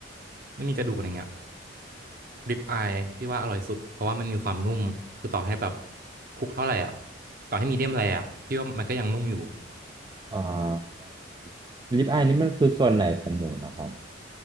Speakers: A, on the right; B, on the right.
A: ไม่มีกระดูกอะไรเงี้ยริบอายพี่ว่าอร่อยสุดเพราะว่ามันมีความนุ่มคือต่อให้แบบคลุกเท่าไหร่อ่ะต่อให้มีเดียมแรร์อ่ะพี่ว่ามันก็ยังนุ่มอยู่
B: อ่าลิปอายนี่มันคือส่วนไหนของหมูนะครับ